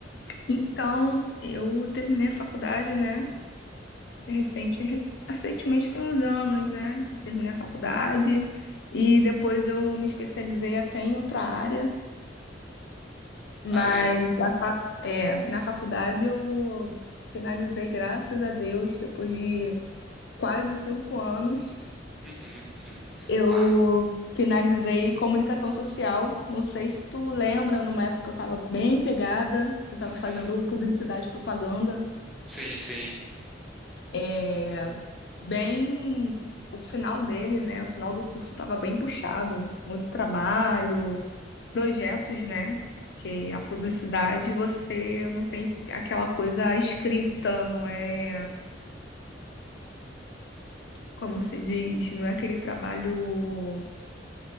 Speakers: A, on the left; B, in the centre.
A: Então, eu terminei a faculdade, né? Recente, re- recentemente tem uns anos, né? Eu Terminei a faculdade e depois eu me especializei até em outra área. Mas
B: Ah, é?
A: na, fa- é, na faculdade eu finalizei, graças a Deus, depois de quase cinco anos,
B: Uhum, uhum.
A: eu
B: Ah,
A: finalizei comunicação social. Não sei se tu lembra, numa época que eu estava bem pegada, eu estava
B: uhum.
A: fazendo publicidade e propaganda.
B: Sim, sim,
A: é, bem. O final dele, né? O final do curso estava bem puxado. Muito trabalho, projetos, né? Porque a publicidade você não tem aquela coisa escrita, não é. Como se diz? Não é aquele trabalho